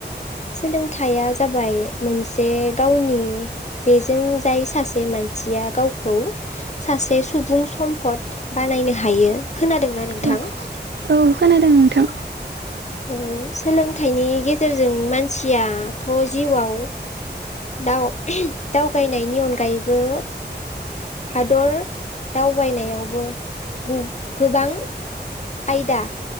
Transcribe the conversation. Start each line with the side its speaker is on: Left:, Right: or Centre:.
Left: सोलोंथाइया जाबाय मोनसे गावनि बेजों जाय सासे मान थिया गावखौ सासे सुबुं सम्पद बानायनो हायो खोनादोंना नों नोंथां।
Right: औ खोनादों नोंथां।
Left: औ सोलोंथाइनि गेजेरजों मानसियाथ' जिउआव दाउ दाव गायनायनि अनगायैबो हादर दावबायनायावबो गोबां आयदा